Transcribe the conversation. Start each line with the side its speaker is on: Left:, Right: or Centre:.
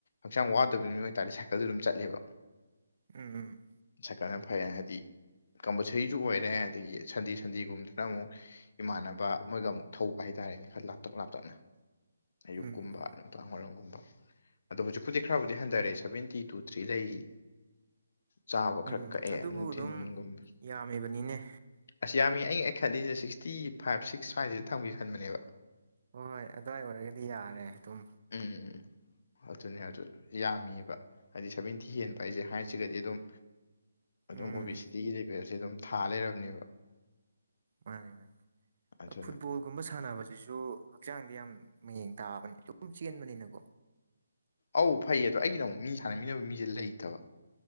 Left: ꯍꯛꯆꯥꯡ ꯋꯥꯗꯕꯅꯤ ꯃꯤ ꯑꯣꯏꯇꯥꯔꯗꯤ ꯁꯥꯏꯀꯜꯗꯨ ꯑꯗꯨꯝ ꯆꯠꯂꯦꯕ
Right: ꯎꯝ ꯎꯝ
Left: ꯁꯔꯀꯔꯅ ꯐꯩ ꯍꯥꯏꯕꯗꯤ ꯀꯝꯄꯜꯁꯔꯤꯁꯨ ꯑꯣꯏꯔꯦ ꯑꯗꯒꯤ ꯁꯟꯗꯦ ꯁꯟꯗꯦꯒꯨꯝꯗꯅ ꯑꯃꯨꯛ ꯏꯃꯥꯟꯅꯕ ꯃꯣꯏꯒ ꯑꯃꯨꯛ ꯊꯧꯕ ꯍꯥꯏꯇꯥꯔꯦꯅꯦ ꯈꯔ ꯂꯥꯞꯇꯛ ꯂꯥꯞꯇꯛꯅ ꯑꯌꯨꯛꯀꯨꯝꯕ
Right: ꯎꯝ
Left: ꯅꯨꯡꯗꯥꯡ ꯋꯥꯏꯔꯝꯒꯨꯝꯕ ꯑꯗꯣ ꯍꯧꯖꯤꯛꯄꯨꯗꯤ ꯈꯔꯕꯨꯗꯤ ꯍꯟꯊꯔꯛꯑꯦ ꯁꯕꯦꯟꯇꯤ ꯇꯨ ꯊ꯭ꯔꯤ ꯂꯩꯒꯤ ꯆꯥꯕ ꯈꯔ
Right: ꯎꯝ
Left: ꯀꯛꯑꯦ
Right: ꯑꯗꯨꯕꯨ
Left: ꯅꯨꯡꯊꯤꯤꯟꯒꯨꯝꯕ
Right: ꯑꯗꯨꯝ ꯌꯥꯝꯃꯤꯕꯅꯤꯅꯦ
Left: ꯑꯁ ꯌꯥꯝꯃꯤ ꯑꯩ ꯑꯩ ꯈꯜꯂꯤꯁꯦ ꯁꯤꯛꯁꯇꯤ ꯐꯥꯏꯚ ꯁꯤꯛꯁ ꯁ꯭ꯋꯥꯏꯁꯤꯗ ꯊꯝꯒꯦ ꯈꯟꯕꯅꯦꯕ
Right: ꯍꯣꯏ ꯍꯣꯏ ꯑꯗꯨꯋꯥꯏ ꯑꯣꯏꯔꯒꯗꯤ ꯌꯥꯔꯦ ꯑꯗꯨꯝ
Left: ꯎꯝ ꯑꯗꯨꯅꯦ ꯑꯗꯨ ꯌꯥꯝꯃꯤꯕ ꯍꯥꯏꯗꯤ ꯁꯕꯦꯟꯇꯤ ꯍꯦꯟꯕ ꯍꯥꯏꯁꯦ ꯍꯥꯏꯠꯁꯤꯒꯗꯤ ꯑꯗꯨꯝ ꯑꯗꯨꯝ
Right: ꯎꯝ
Left: ꯑꯣ ꯕꯤ ꯁꯤꯇꯤꯒꯤ ꯀꯦꯜꯁꯦ ꯑꯗꯨꯝ ꯊꯥ ꯂꯩꯔꯕꯝꯅꯦꯕ
Right: ꯃꯥꯅꯦ ꯃꯥꯅꯦ
Left: ꯑꯗꯨꯅ
Right: ꯐꯨꯠꯕꯣꯜ ꯒꯨꯝꯕ ꯁꯥꯟꯅꯕꯁꯤꯁꯨ ꯍꯛꯆꯥꯡꯗꯤ ꯌꯥꯝ ꯃꯌꯦꯡ ꯇꯥꯕꯅꯤ ꯑꯗꯨꯝ ꯆꯦꯟꯕꯅꯤꯅꯀꯣ
Left: ꯑꯧ ꯐꯩꯌꯦ ꯑꯗꯣ ꯑꯩꯒꯤꯗ ꯑꯃꯨꯛ ꯃꯤ ꯁꯥꯟꯅꯃꯤꯟꯅꯕ ꯃꯤꯁꯦ ꯂꯩꯇꯕ